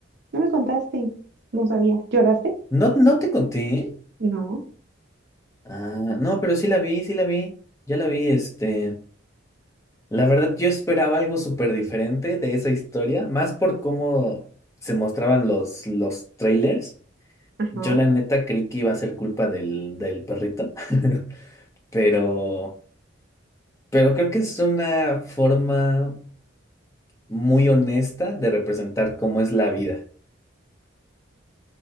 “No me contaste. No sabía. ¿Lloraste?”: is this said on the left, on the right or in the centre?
Right